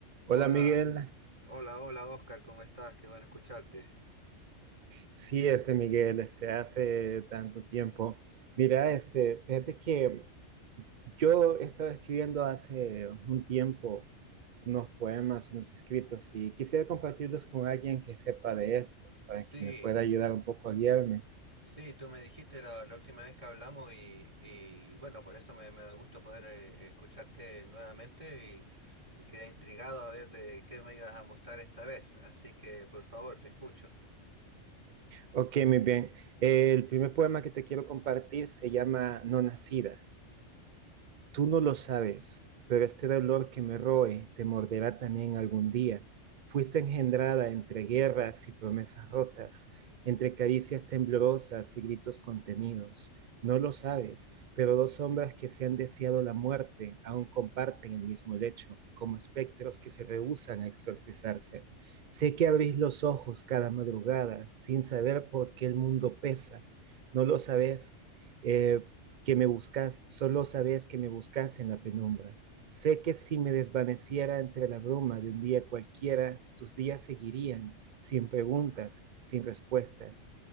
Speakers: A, on the right; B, on the right.
A: Hola
B: Hola,
A: Miguel,
B: hola, hola Oscar, ¿cómo estás? Qué bueno escucharte.
A: sí, este Miguel, este hace tanto tiempo. Mira, este, fíjate que yo estaba escribiendo hace un tiempo unos poemas, unos escritos y quisiera compartirlos con alguien que sepa de esto,
B: Sí,
A: para que me pueda
B: s-
A: ayudar un poco a guiarme.
B: sí, tú me dijiste la, la última vez que hablamos y, y, bueno, por eso me, me da gusto poder eh, escucharte nuevamente y quedé intrigado a ver de qué me ibas a mostrar esta vez, así que por favor, te escucho.
A: Ok, muy bien. El primer poema que te quiero compartir se llama No Nacida. Tú no lo sabes, pero este dolor que me roe te morderá también algún día. Fuiste engendrada entre guerras y promesas rotas, entre caricias temblorosas y gritos contenidos. No lo sabes, pero dos sombras que se han deseado la muerte aún comparten el mismo lecho, como espectros que se rehúsan a exorcizarse. Sé que abrís los ojos cada madrugada sin saber por qué el mundo pesa. No lo sabes, eh, que me buscas, solo sabes que me buscas en la penumbra. Sé que si me desvaneciera entre la bruma de un día cualquiera, tus días seguirían, sin preguntas, sin respuestas.